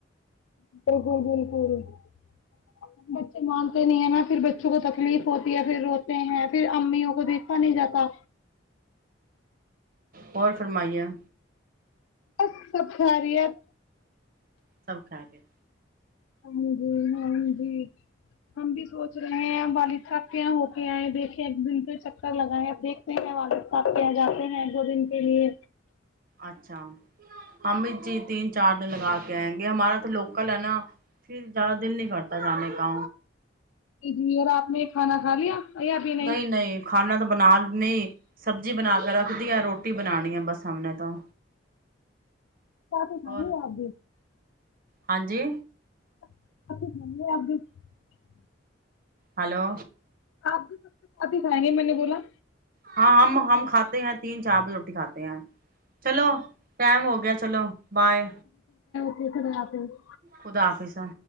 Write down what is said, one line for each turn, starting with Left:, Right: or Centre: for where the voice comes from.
Left: <unintelligible> <unintelligible> مانتے نہیں ہیں نا پھر بچوں کو تکلیف ہوتی ہے پھر روتے ہیں پھر امیوں کو دیکھا نہیں جاتا
Right: اور فرمائییا
Left: بس سب خریت
Right: سب کھا گے
Left: ہاں جی ہاں جی ہم بھی سوچ رہے ہیں بال سکیا ہو آئے دیکھے ایک دن سے چکر لگاائے ا دیکھتے ہیں وال سپ کیا جاتے ہیں دو دن کے لیے
Right: اچھا ہم اس چیز تین چار دن لگا کے آئیں گے ہمارا تو لوکل ہے نا پھر زیادہ دل نہیں کرتا جانے کا
Left: ج جی اور آپ نے کھانا کھا لیا یا ابھی
Right: نہیں نہیں کھانا تو بنا نہیں سب جی بنا کے رکھ دی ہے روٹی بنانی ہے بس سمنے تو
Left: کیا تو س
Right: اور
Left: ہے آ بھی
Right: ہاں جی
Left: <unintelligible>
Right: ہلو
Left: آپ بھی سب سے سات ہی کھائیں گے میں نے بولا
Right: ہاں ہم ہم کھاتے ہیں تین چار بے روٹی کھاتے ہیں چلو ٹائم ہو گیا چلو بائے
Left: <unintelligible>
Right: خدا آفظا